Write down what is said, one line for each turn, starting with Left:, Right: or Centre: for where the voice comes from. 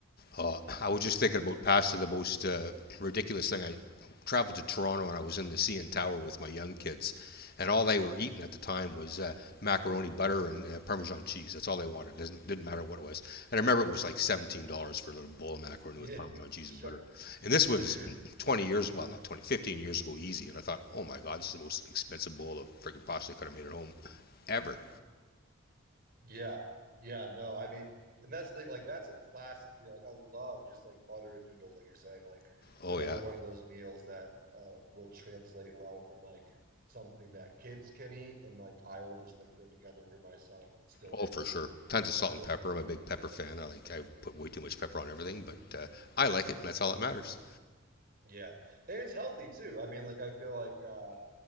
Left: Uh, I was just thinking about pasta. The most uh, ridiculous thing. I traveled to Toronto and I was in the CN Tower with my young kids, and all they were eating at the time was uh, macaroni butter and uh, Parmesan cheese. That's all they wanted. Doesn't didn't matter what it was. And I remember it was like seventeen dollars for a little bowl of macaroni
Right: Yeah,
Left: with Parmesan
Right: <laughs>
Left: cheese
Right: sure.
Left: and butter. And this
Right: <laughs>
Left: was
Right: Yeah.
Left: twenty years. Well, not 20, 15 years ago, easy. And I thought, oh my God, this is the most expensive bowl of freaking pasta I could have made at home ever.
Right: Yeah. Yeah. No, I mean, and that's the thing, like that's a classic meal. Like I love just like butter and noodles, like you're saying, like
Left: Oh
Right: another
Left: yeah,
Right: one of those meals that uh will translate well from like something that kids can eat and like I will just like throw together for myself and it still
Left: Oh,
Right: hits
Left: for sure. Tons of salt
Right: still
Left: and pepper.
Right: hits
Left: I'm
Right: pretty
Left: a big
Right: well.
Left: pepper fan. I like I put way too much pepper on everything, but uh, I like it, and that's all that matters.
Right: Yeah. And it's healthy too. I mean, like I feel like uh